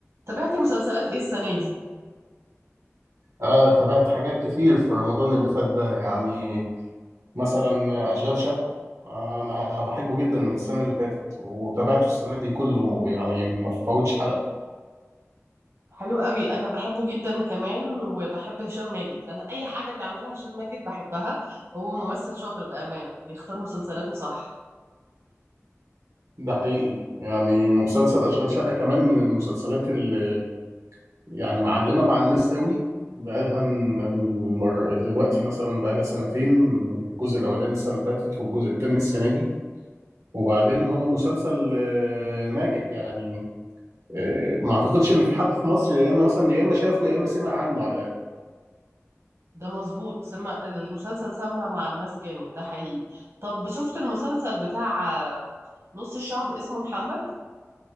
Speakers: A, on the right; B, on the right.
A: تابعتي مسلسلات ايه السنة دي؟
B: آه تابعت حاجات كتير في رمضان اللي فات ده يعني مثلا أشغال شقة آه، أنا بحبه جدا من السنة اللي فاتت وتابعته السنة دي كله يعني ما فوتش حلقة
A: حلو قوي انا بحبه جدا كمان وبحب هشام ماجد انا اي حاجة بيعملها هشام ماجد بحبها هو ممثل شاطر بأمانة بيختار مسلسلاته صح
B: ده حقيقي يعني مسلسل أشغال شقة كمان من المسلسلات اللي يعني معلمة مع الناس قوي بقالها المر... دلوقتي مثلا بقالها سنتين الجزء الأولاني السنة اللي فاتت والجزء التاني السنة دي وبعدين هو مسلسل آه، ناجح يعني آه، ما اعتقدش ان في حد في مصر يا اما مثلا يا اما شافه يا اما سمع عنه على الاقل
A: ده مظبوط سمع المسلسل سمع مع الناس جامد ده حقيقي طب شفت المسلسل بتاع آه، نص الشعب اسمه محمد